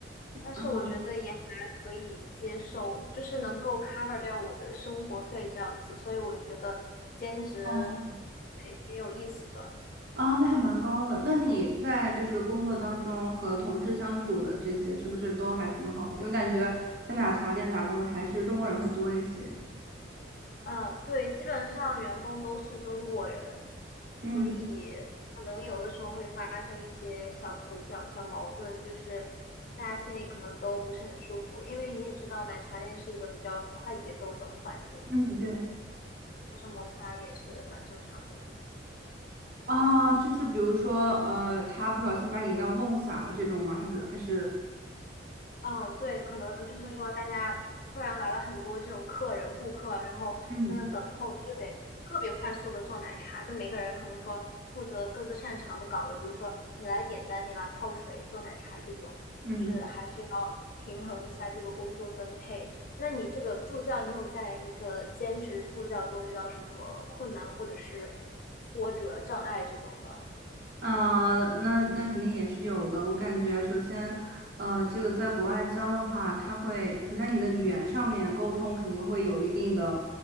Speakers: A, on the left (about 45°); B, on the right (about 55°).
A: 但是我觉得也还可以接受，
B: 嗯
A: 就是能够 cover 掉我的生活费这样子，所以我觉得兼职
B: 哦
A: 还挺有意思的。
B: 啊，那还蛮高的。那你在就是工作当中和同事相处的这些，是不是都还挺好的？因为感觉在奶茶店打工的还是中国人会多一些。
A: 嗯，对，基本上员工都是中国人，
B: 嗯
A: 所以可能有的时候会发生一些小口角、小矛盾，就是大家心里可能都不是很舒服，因为你也知道奶茶店是一个比较快节奏的环境，
B: 嗯，对，
A: 发生摩擦也是蛮正常的。
B: 啊，就是比如说，呃，他不小心把饮料弄洒了这种吗？还是还是
A: 嗯，对，可能就是说大家突然来了很多这种客人、顾客，然后在那等候，
B: 嗯
A: 就得特别快速的做奶茶。就每个人可能说负责各自擅长的岗位，比如说你来点单，你来泡水、做奶茶这种，
B: 嗯。
A: 就是还是要平衡一下这个工作分配。那你这个助教，你有在你的兼职助教中遇到什么困难或者是挫折、障碍这种吗？
B: 嗯呃，那那肯定也是有的。我感觉，首先，呃，这个在国外教的话，它会首先你的语言上面沟通肯定会有一定的、